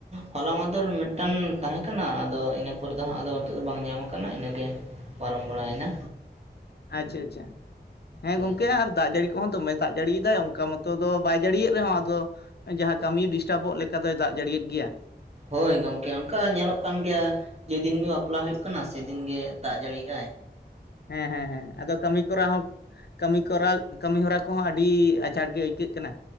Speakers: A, on the right; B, on the left.
A: ᱦᱚᱞᱟ ᱢᱟᱫᱷᱮᱨ ᱢᱤᱫᱴᱟᱝ ᱛᱟᱦᱮᱸ ᱠᱟᱱᱟ ᱟᱫᱚ ᱤᱱᱟᱹ ᱯᱚᱨᱮ ᱫᱚ ᱦᱟᱸᱜ ᱟᱫᱚ ᱱᱤᱛᱚᱜ ᱫᱚ ᱵᱟᱝ ᱧᱟᱢ ᱟᱠᱟᱱᱟ ᱤᱱᱟᱹᱜᱮ ᱯᱟᱨᱚᱢ ᱵᱟᱲᱟᱭᱮᱱᱟ᱾
B: ᱟᱪᱪᱷᱟ ᱟᱪᱪᱷᱟ ᱦᱮᱸ
A: ᱦᱳᱭ
B: ᱜᱚᱝᱠᱮ ᱟᱨ ᱫᱟᱜ ᱡᱟᱹᱲᱤ ᱠᱚᱦᱚᱸ ᱫᱚᱢᱮ ᱫᱟᱜ ᱡᱟᱹᱲᱤ ᱫᱟᱭ ᱚᱱᱠᱟ ᱢᱚᱛᱚ ᱫᱚ ᱵᱟᱭ ᱡᱟᱹᱲᱤᱭᱮᱫ ᱨᱮᱦᱚᱸ ᱟᱫᱚ ᱡᱟᱦᱟᱸ ᱠᱟᱹᱢᱤ ᱰᱤᱥᱴᱟᱵᱚᱜ ᱞᱮᱠᱟ ᱫᱚᱭ ᱫᱟᱜ ᱡᱟᱹᱲᱤᱭᱮᱫ ᱜᱮᱭᱟ᱾
A: ᱦᱳᱭ ᱜᱚᱢᱠᱮ ᱚᱱᱠᱟ ᱧᱮᱞᱚᱜ ᱠᱟᱱ ᱜᱮᱭᱟ᱾ ᱡᱮᱫᱤᱱ ᱜᱮ ᱵᱟᱯᱞᱟ ᱦᱩᱭᱩᱜ ᱠᱟᱱᱟ ᱥᱮᱫᱤᱱ ᱜᱮ ᱫᱟᱜ ᱡᱟᱹᱲᱤ ᱭᱮᱜᱼᱟᱭ᱾
B: ᱦᱮᱸ ᱦᱮᱸ ᱦᱮᱸ ᱟᱫᱚ ᱠᱟᱹᱢᱤ ᱠᱚᱨᱟᱣ ᱦᱚᱸ ᱠᱟᱹᱢᱤ ᱠᱚᱨᱟᱣ ᱠᱟᱹᱢᱤ ᱦᱚᱨᱟ ᱠᱚᱦᱚᱸ ᱟᱹᱰᱤ ᱟᱸᱡᱷᱟᱴ ᱜᱮ ᱟᱹᱭᱠᱟᱹᱜ ᱠᱟᱱᱟ᱾